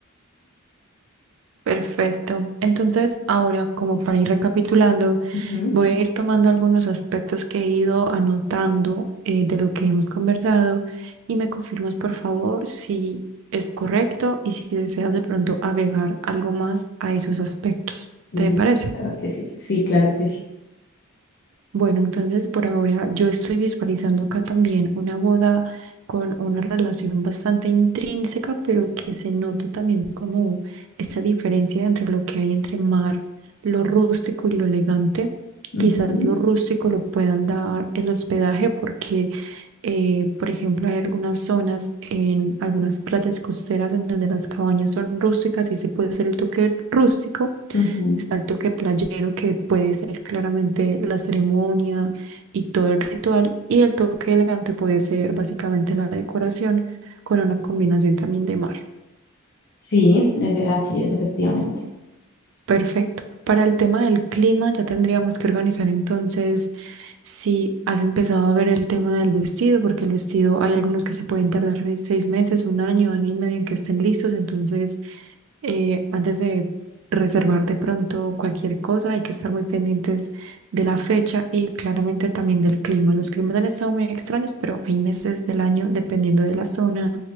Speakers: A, on the right (about 60°); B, on the left (about 50°).
A: Perfecto. Entonces, ahora, como para ir recapitulando,
B: Ujú.
A: voy a ir tomando algunos aspectos que he ido anotando eh, de lo que hemos conversado y me confirmas, por favor, si es correcto y si deseas de pronto agregar algo más a esos aspectos.
B: Listo,
A: ¿Te parece?
B: claro que sí, sí, claro que sí.
A: Bueno, entonces por ahora yo estoy visualizando acá también una boda con una relación bastante intrínseca, pero que se note también como esa diferencia entre lo que hay entre mar, lo rústico y lo elegante. Quizás
B: Ujú,
A: lo rústico lo puedan dar el hospedaje porque eh, por ejemplo, hay algunas zonas en algunas playas costeras en donde las cabañas son rústicas y se puede hacer el toque rústico.
B: ujú.
A: Está el toque playero que puede ser claramente la ceremonia y todo el ritual. Y el toque elegante puede ser básicamente la decoración con una combinación también de mar.
B: Sí, eh, así es, efectivamente.
A: Perfecto. Para el tema del clima, ya tendríamos que organizar entonces si has empezado a ver el tema del vestido, porque el vestido hay algunos que se pueden tardar de seis meses, un año, año y medio en que estén listos. Entonces, eh, antes de reservar de pronto cualquier cosa, hay que estar muy pendientes de la fecha y claramente también del clima. Los climas han estado muy extraños, pero hay meses del año, dependiendo de la zona,